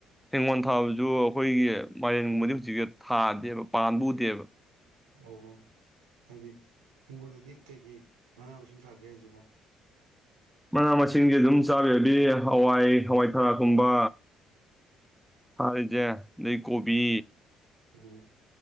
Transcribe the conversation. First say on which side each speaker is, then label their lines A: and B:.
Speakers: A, in the centre; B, on the right.
A: ꯍꯦꯡꯒꯣꯜ ꯊꯥꯕꯁꯨ ꯑꯩꯈꯣꯏꯒꯤ ꯃꯥꯏꯔꯦꯟꯒꯨꯝꯕꯗꯤ ꯍꯧꯖꯤꯛꯁ ꯊꯥꯗꯦꯕ ꯄꯥꯟꯕ ꯎꯗꯦꯕ
B: ꯑꯣꯍꯣ ꯍꯥꯏꯗꯤ ꯍꯤꯡꯈꯣꯜꯗꯗꯤ ꯀꯩꯀꯩ ꯃꯅꯥ ꯃꯁꯤꯡ ꯊꯥꯒꯦ ꯍꯥꯏꯁꯤꯕꯣ
A: ꯃꯅꯥ ꯃꯁꯤꯡꯁꯤ ꯑꯗꯨꯝ ꯆꯥꯅꯕꯗꯤ ꯍꯋꯥꯏ ꯍꯋꯥꯏꯊꯔꯥꯛꯀꯨꯝꯕ ꯊꯔꯤꯁꯦ ꯑꯗꯩ ꯀꯣꯕꯤ
B: ꯎꯝ